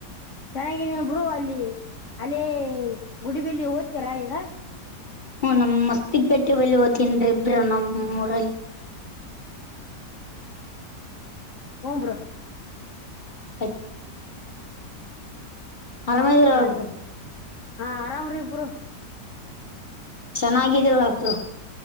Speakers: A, on the left; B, on the left.
A: ಚೆನ್ನಾಗಿದೇನ್ ಬರು ಅಲ್ಲಿ ಅಲ್ಲೇ ಗುಡಿ <unintelligible> ಲ್ಲಿ ವೈತೀರ ಈಗ <unintelligible>
B: ಹ್ಮ ನಮ್ ಮತ್ತಗ್ ಗಟ್ಟೆಲ್ಲಿ ಓ್ತನ್ ಇಬ್ ನಮ್ಮ್ ಊರಲ್ಲಿ
A: ಹೂ ಬ್ರೋ
B: ಹ <unintelligible> ಅರಮೇದರಾ
A: ಹಾ
B: ಬ್ರೋ
A: ಹಾ ಆರಾಮ್ರಿ ಬ್ರೋ
B: ಚೆನ್ನಾಗಿದೇವ ಬ್ರೋ